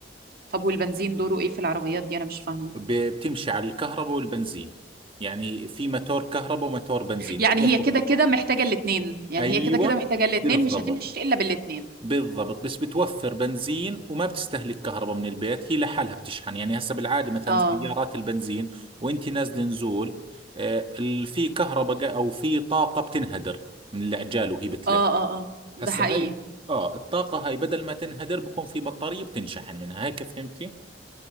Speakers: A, on the right; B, on the right.
A: طب والبنزين دوره ايه في العربيات دي انا مش فاهمة
B: ب- بتمشي على الكهرباء والبنزين يعني في ماتور كهرباء وماتور بنزين
A: يعني
B: بتاخذ
A: هي كده كده محتاجة الاتنين يعني
B: ايوه
A: هي كده كده محتاجة الاتنين
B: بالضبط
A: مش هتمشي الا بالاتنين
B: بالضبط بس بتوفر بنزين وما بتستهلك كهرباء من البيت هي لحالها بتشحن يعني هسه بالعادة مثلا
A: اه
B: سيارات البنزين وانت نازل نزول آه، ال- في كهرباء او في طاقة بتنهدر من العجال وهي بتلف
A: اه اه اه ده
B: هسه
A: حقيقي
B: هاي اه الطاقة هاي بدل ما تنهدر بكون في بطارية بتنشحن منها هيك فهمتي